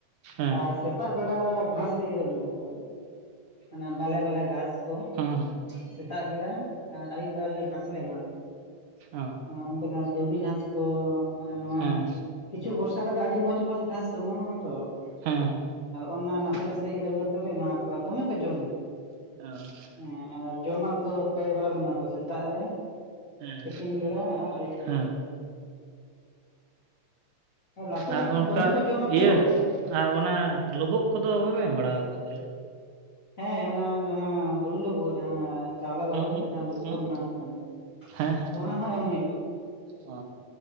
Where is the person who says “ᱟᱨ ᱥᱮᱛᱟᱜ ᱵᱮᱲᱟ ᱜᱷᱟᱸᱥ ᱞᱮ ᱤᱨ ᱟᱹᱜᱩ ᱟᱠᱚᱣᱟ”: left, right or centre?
Left